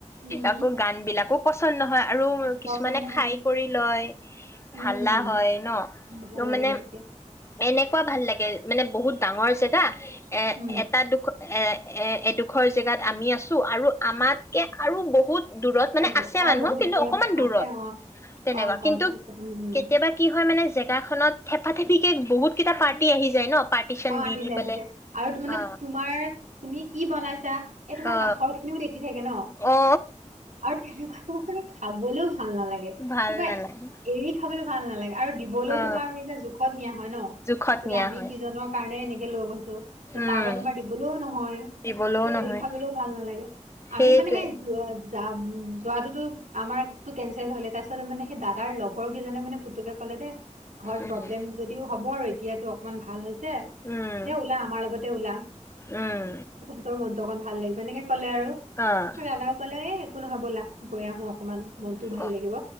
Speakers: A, on the right (about 80°); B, on the left (about 20°).
A: উম
B: আকৌ গান বিলাকো পচন্দ নহয়, আৰু কিছুমানে
A: পচন্দ নহয়
B: খাই কৰি লয়
A: উম
B: হাল্লা হয়, ন?
A: ভাল
B: ত'
A: নালাগে
B: মানে
A: তেতিয়া
B: এনেকুৱা ভাল লাগে মানে বহুত ডাঙৰ জেগা এ
A: উম
B: এটা দুখ এ এ এডোখৰ জেগাত আমি আছো আৰু আমাতকে আৰু বহুত দূৰত মানে
A: অ ব-
B: আছে
A: অ
B: মানুহ
A: বহুত
B: কিন্তু
A: দূৰত
B: অকমান দূৰত
A: আছে অ
B: তেনেকুৱা
A: অ কমকে
B: কিন্তু
A: আছে উম উম
B: কেতিয়াবা কি হয়, মানে জেগাখনত থেপাথেপি কে বহুত কেইটা পাৰ্টি আহি যায় ন <unintelligible>
A: অ',
B: দি
A: আহি
B: দি
A: যায়
B: পেলাই
A: আহি যায় আৰু মানে
B: অ
A: তোমাৰ তুমি কি বনাইছা এই তোমাৰ
B: অ
A: কাষৰ খিনিও দেখি থাকে ন
B: অ
A: আৰু তেনেকু <unintelligible> <unintelligible> ভাল নালাগে,
B: ভাল
A: কিবা
B: নালাগে
A: এৰি খাবলৈ ভাল নালাগে, আৰু দিবলৈও
B: অ
A: তোমাৰ <unintelligible> জোখত নিয়া হয় ন,
B: জোখত
A: বোলে
B: নিয়া
A: আমি
B: হয়
A: কিজনক আনে এনেকে লৈ গ'ল ত'
B: উম
A: তাৰ পৰা তোমাৰ দিবলৈও নহয়,
B: দিবলৈও নহয়
A: এৰি খাবলৈও ভাল নালাগে।
B: সেইটোৱে
A: আমি মানে সেই যাম-যোৱাতটোতো আমাৰতটো কেনচেল হ'ল, এতিয়া তাৰপিছত মানে সেই দাদাৰ লগৰ কেইজনে মানে পুতুকে ক'লে দেই ঘৰ
B: উম
A: প্ৰব্লেম যদিও হ'ব আৰু এতিয়াতো অকমান ভাল হৈছে। যে
B: উম
A: ওলা আমাৰ লগতে ওলা,
B: উম
A: তহঁতৰ মন তক ভাল লাগিব এনেকে ক'লে আৰু
B: অ
A: ৰাধাও ক'লে এ কোন হ'বলা। গৈ আহো অকনমান মনতও ভাল
B: অ
A: লাগিব,